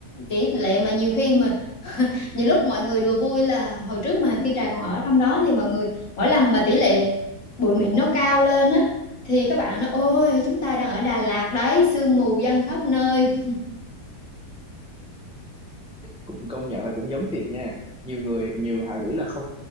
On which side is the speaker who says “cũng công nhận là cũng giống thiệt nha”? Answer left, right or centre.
Centre